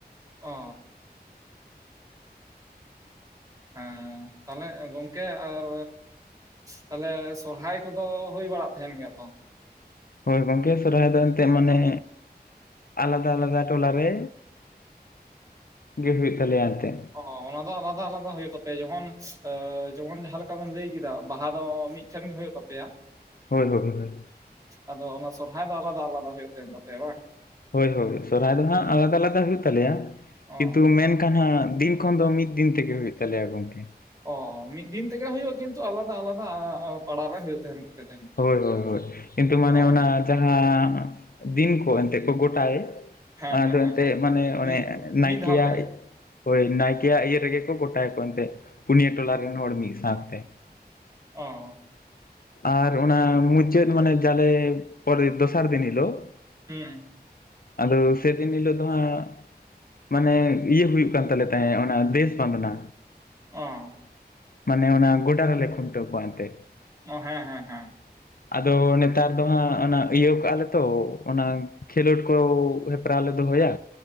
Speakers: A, on the right (about 20°); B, on the left (about 60°).
A: ᱚ ᱦᱮᱸ ᱛᱟᱦᱚᱞᱮ ᱜᱚᱢᱠᱮ ᱟᱨ᱾ ᱛᱟᱦᱚᱞᱮ ᱥᱚᱨᱦᱟᱭ ᱠᱚᱫᱚ ᱦᱩᱭ ᱵᱟᱲᱟᱜ ᱛᱟᱦᱮᱱ ᱜᱮᱭᱟ ᱛᱚ᱾
B: ᱦᱳᱭ ᱜᱚᱢᱠᱮ ᱥᱚᱨᱚᱦᱟᱭ ᱫᱚ ᱮᱱᱛᱮᱫ ᱢᱟᱱᱮ ᱟᱞᱟᱫᱟ ᱟᱞᱟᱫᱟ ᱴᱚᱞᱟ ᱨᱮ᱾ ᱜᱮ ᱦᱩᱭᱩᱜ ᱛᱟᱞᱮᱭᱟ ᱮᱱᱛᱮᱫ᱾
A: ᱚ ᱚᱱᱟ ᱫᱚ ᱟᱞᱟᱫᱟ ᱟᱞᱟᱫᱟ ᱦᱩᱭᱩᱜ ᱛᱟᱯᱮᱭᱟ ᱡᱮᱢᱚᱱ ᱡᱮᱢᱚᱱ ᱡᱟᱦᱟᱸ ᱞᱮᱠᱟ ᱵᱮᱱ ᱞᱟᱹᱭ ᱠᱮᱫᱟ ᱵᱟᱦᱟ ᱫᱚ ᱢᱤᱫ᱾ ᱥᱮ ᱦᱩᱭᱩᱜ ᱛᱟᱯᱮᱭᱟ᱾
B: ᱦᱳᱭ ᱦᱳᱭ᱾
A: ᱟᱫᱚ ᱚᱱᱟ ᱥᱚᱨᱦᱟᱭ ᱫᱚ ᱟᱞᱟᱫᱟ ᱟᱞᱟᱫᱟ ᱦᱩᱭᱩᱜ ᱠᱟᱱ ᱛᱟᱯᱮᱭᱟ ᱵᱟᱝ᱾
B: ᱦᱳᱭ ᱦᱳᱭ ᱥᱚᱨᱦᱟᱭ ᱫᱚ ᱦᱟᱸᱜ ᱟᱞᱟᱫᱟ ᱟᱞᱟᱫᱟ ᱦᱩᱭᱩᱜ ᱛᱟᱞᱮᱭᱟ
A: ᱚ
B: ᱠᱤᱱᱛᱩ ᱢᱮᱱᱠᱷᱟᱱ ᱦᱟᱸᱜ ᱫᱤᱱ᱾ ᱛᱚᱠᱷᱚᱱ ᱫᱚ ᱢᱤᱫ ᱫᱤᱱ ᱛᱮᱜᱮ ᱦᱩᱭᱩᱜ ᱛᱟᱞᱮᱭᱟ ᱜᱚᱢᱠᱮ᱾
A: ᱚᱻ ᱢᱤᱫ ᱫᱤᱱ ᱛᱮᱜᱮ ᱦᱩᱭᱩᱜ-ᱟ ᱠᱤᱱᱛᱩ ᱟᱞᱟᱫᱟ ᱟᱞᱟᱫᱟ ᱯᱟᱲᱟ ᱨᱮ ᱦᱩᱭᱩᱜ ᱛᱟᱦᱮᱱ᱾ ᱛᱟᱦᱮᱱᱟ
B: ᱦᱳᱭ ᱦᱳᱭ ᱦᱳᱭ ᱠᱤᱱᱛᱩ ᱢᱟᱱᱮ
A: ᱚ
B: ᱚᱱᱟ ᱡᱟᱦᱟᱸ ᱫᱤᱱ ᱠᱚ ᱮᱱᱛᱮᱫ ᱠᱚ ᱜᱚᱴᱟᱭ᱾
A: ᱦᱮᱸ
B: ᱚᱱᱟ
A: ᱦᱮᱸ
B: ᱫᱚ
A: ᱦᱮᱸ
B: ᱮᱱᱛᱮ ᱢᱟᱱᱮ ᱚᱱᱮ
A: ᱢᱤᱫ
B: ᱱᱟᱭᱠᱮᱭᱟᱜ᱾
A: ᱢᱤᱫ ᱫᱷᱟᱣ ᱛᱮᱜᱮ
B: ᱦᱳᱭ ᱱᱟᱭᱠᱮᱭᱟᱜ ᱤᱭᱟᱹ ᱨᱮᱜᱮ ᱠᱚ ᱜᱚᱴᱟ ᱠᱚ ᱮᱱᱛᱮᱫ ᱯᱩᱱᱭᱟᱹ ᱴᱚᱞᱟ ᱨᱮᱱ ᱦᱚᱲ ᱢᱤᱫ ᱥᱟᱶᱛᱮ᱾
A: ᱚᱸ᱾
B: ᱟᱨ ᱚᱱᱟ ᱢᱩᱪᱟᱹᱫ ᱢᱟᱱᱮ ᱡᱟᱞᱮ ᱯᱚᱨᱮ ᱫᱚᱥᱟᱨ ᱫᱤᱱ ᱦᱤᱞᱳᱜ᱾
A: ᱦᱮᱸ᱾
B: ᱟᱫᱚ ᱥᱮᱫᱤᱱ ᱦᱤᱞᱳᱜ ᱫᱚ ᱦᱟᱸ ᱢᱟᱱᱮ ᱤᱭᱟᱹ ᱦᱩᱭᱩᱜ ᱠᱟᱱ ᱛᱟᱞᱮ ᱛᱟᱦᱮᱸ ᱚᱱᱟ ᱫᱮᱥ ᱵᱟᱸᱫᱱᱟ᱾
A: ᱚᱸ᱾
B: ᱢᱟᱱᱮ ᱚᱱᱟ ᱜᱚᱰᱟ ᱨᱮᱞᱮ ᱠᱷᱩᱱᱴᱟᱹᱣ ᱠᱚᱣᱟ ᱮᱱᱛᱮ᱾
A: ᱚ ᱦᱮᱸ ᱦᱮᱸ ᱦᱮᱸ
B: ᱟᱫᱚ ᱱᱮᱛᱟᱨ ᱫᱚ ᱦᱟᱸᱜ ᱟᱹᱭᱟᱹᱣ ᱠᱟᱜᱼᱟ ᱞᱮᱛᱚ ᱚᱱᱟ᱾ ᱠᱷᱮᱞᱳᱰ ᱠᱚ ᱦᱮᱯᱨᱟᱣ ᱞᱮ ᱫᱚᱦᱳᱭᱟ᱾